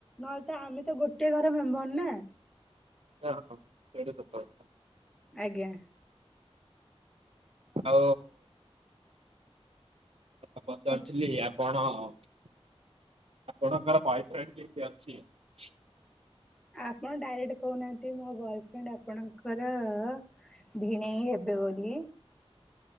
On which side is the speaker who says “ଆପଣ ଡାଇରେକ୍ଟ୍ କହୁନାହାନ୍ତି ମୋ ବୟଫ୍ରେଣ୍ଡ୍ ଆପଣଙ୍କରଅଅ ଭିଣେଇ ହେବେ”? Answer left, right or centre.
Centre